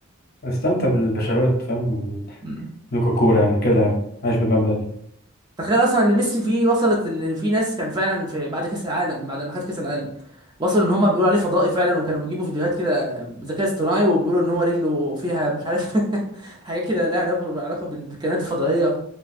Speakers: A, on the left; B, on the right.
A: استمتع بالبشاوات فاهم
B: مم.
A: الكوكورة يعني كده يعني عايش بالمبدأ دي
B: تخيل اصلا ان ميسي فيه وصلت ان في ناس كان فعلا في بعد كاس العالم بعد ما خد كاس العالم وصلوا ان هم بيقولوا عليه فضائي فعلا وكانوا بيجيبوا فيديوهات كده ذكاء اصطناعي وبيقولوا ان هو رجله فيها مش عارف <laughs> حاجات كده لها علاقه علاقة بالكائنات الفضائيه